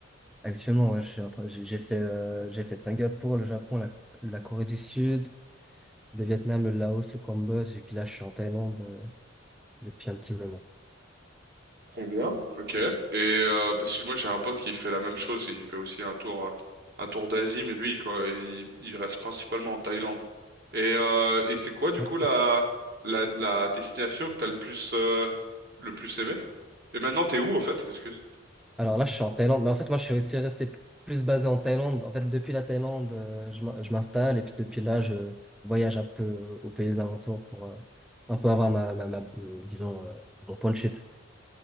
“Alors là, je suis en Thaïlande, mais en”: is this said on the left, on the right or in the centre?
Centre